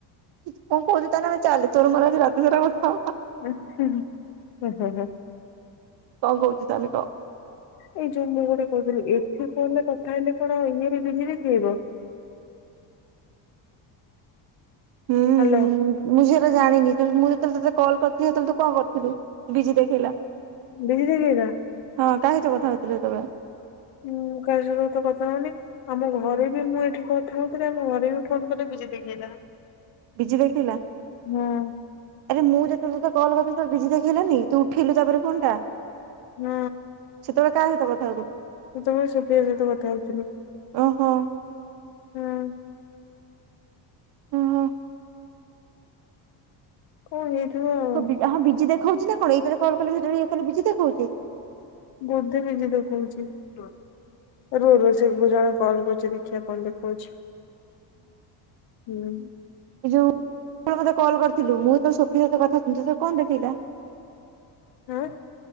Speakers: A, on the right; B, on the left.
A: କଣ କହୁଚୁ ତାହେଲେ ଆମେ ଚାଲେ ତୋର ମୋର ଆଜି ରାତିସାରା କଥା ହବା।
B: ଉଁ-ହୁଁ-ହୁଁ। ହୁଁ-ହୁଁ-ହୁଁ।
A: କଣ କହୁଛୁ ତାହେଲେ କ?
B: ଏଇ ଯୋଉ ମୁଁ ଗୋଟେ କହୁଥିଲି ଏଠୁ କଲ୍ ରେ କଥା ହେଲେ କଣ ଇଏରେ ବିଜି ଦେଖେଇବ?
A: ହୁଁ।
B: ହାଲୋ।
A: ମୁଁ ସେଟା ଜାଣିନି ମୁଁ ଯେତେବେଳେ କଲ୍ କରିଥିଲି ସେତେବେଳେ ତୁ କଣ କରିଥିଲୁ ବିଜି ଦେଖେଇଲା।
B: ବିଜି ଦେଖେଇଲା।
A: ହଁ କାହା ସହିତ କଥା ହୋଉଥିଲ ସେତେବେଳେ?
B: ମୁଁ କାହା ସହିତ ତ କଥା ହଉନି। ଆମ ଘରେ ବି ମୁଁ ଏଠି କଥା ହଉଥିଲି ଆମ ଘରେ ବି ଫୋନ କଲେ ବିଜି ଦେଖେଇଲା।
A: ବିଜି ଦେଖେଇଲା।
B: ହଁ
A: ଆରେ ମୁଁ ଯେତେବେଳେ ତତେ କଲ୍ କରିଥିଲି ତର ବିଜି ଦେଖେଇଲାନି ତୁ ଉଠେଇଲୁ ତାପରେ ଫୋନ ଟା।
B: ହୁଁ।
A: ସେତେବେଳେ କାହା ସହିତ କଥା ହଉଥିଲୁ?
B: ସେତେବେଳେ ସୋଫି ଦେଇ ସହିତ କଥା ହୋଉଥିଲି।
A: ଓହୋ।
B: ହୁଁ।
A: ଓହୋ।
B: କଣ ହେଇଥିବ? ଆଉ।
A: ହଁ ବି ହଁ ବିଜି ଦେଖଉଚି ନା କଣ ଏଇଟାରେ କଲ୍ କଲେ ସେଇଟାରେ ଇଏ କଲେ ବିଜି ଦେଖଉଚି।
B: ବୋଧେ ବିଜି ଦେଖଉଚି। ରୁହ ରୁହ ସେଇଥିରୁ ଜଣେ କଲ୍ କରୁଚି ଦେଖିଆ କଣ ଦେଖଉଛି ହୁଁ।
A: ଏ ଯୋଉ ଆପଣ ମତେ କଲ୍ କରିଥିଲୁ ମୁଁ ତ ସୋଫି ସହିତ କଥାହେଉଥିଲି ତତେ କଣ ଦେଖେଇଲା?
B: ହଁ